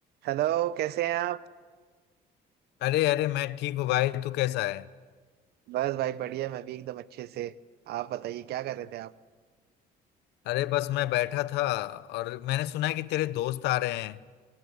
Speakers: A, on the right (about 70°); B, on the left (about 85°).
A: हेलो कैसे हैं आप
B: अरे अरे मैं ठीक हूँ भाई तू कैसा है
A: बस भाई बढ़िया मैं भी एकदम अच्छे से आप बताइए क्या कर रहे थे आप
B: अरे बस मैं बैठा था और मैंने सुना है कि तेरे दोस्त आ रहे हैं